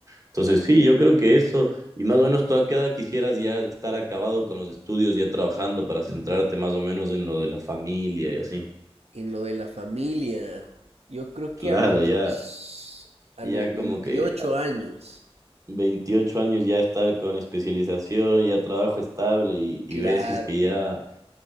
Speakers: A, on the right (about 35°); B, on the right (about 80°).
A: Entonces sí, yo creo que eso, y más o menos tú a qué edad quisieras ya estar acabado con los estudios, ya trabajando para centrarte más o menos en lo de la familia y así.
B: En lo de la familia, yo creo
A: Claro,
B: que a los,
A: ya,
B: a
A: ya
B: los 28
A: como que
B: años.
A: Veintiocho años ya estar con especialización, ya trabajo estable y, y
B: Claro.
A: ver si es que ya,